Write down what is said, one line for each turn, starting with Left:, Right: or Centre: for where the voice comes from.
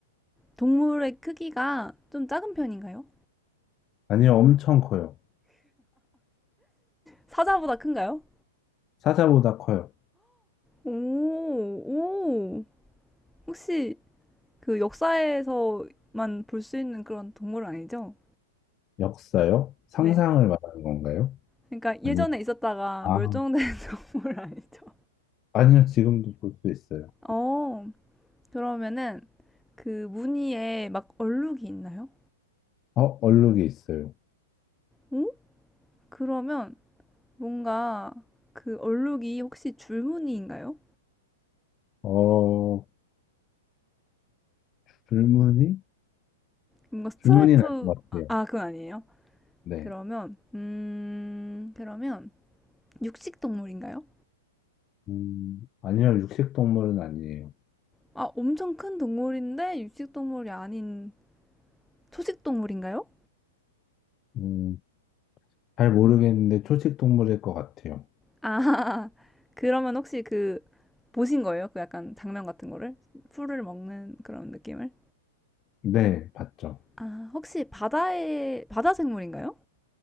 Centre: 동물의 크기가 좀 작은 편인가요?
Left: 아니요, 엄청 커요.
Centre: 사자보다 큰가요?
Left: 사자보다 커요.
Centre: 오, 오. 혹시 그 역사에서만 볼 수 있는 그런 동물 아니죠?
Left: 역사요? 상상을
Centre: 네.
Left: 말하는 건가요?
Centre: 그러니까 예전에
Left: 아니면,
Centre: 있었다가
Left: 아,
Centre: 멸종된 <laughs> 동물 아니죠?
Left: 아니요, 지금도 볼 수 있어요.
Centre: 어, 그러면은 그 무늬에 막 얼룩이 있나요?
Left: 어, 얼룩이 있어요.
Centre: 오? 그러면 뭔가 그 얼룩이 혹시 줄무늬인가요?
Left: 어, 불문이?
Centre: 뭔가 스트라이프
Left: 불문이 날 것 같아요.
Centre: 아 아, 그건 아니에요.
Left: 네.
Centre: 그러면 음 그러면 육식 동물인가요?
Left: 음, 아니요, 육식 동물은 아니에요.
Centre: 아 엄청 큰 동물인데 육식 동물이 아닌 초식 동물인가요?
Left: 음, 잘 모르겠는데 초식 동물일 것 같아요.
Centre: 아 <laughs> 그러면 혹시 그 보신 거예요? 그 약간 장면 같은 거를 풀을 먹는 그런 느낌을?
Left: 네, 봤죠.
Centre: 아 혹시 바다의 바다 생물인가요?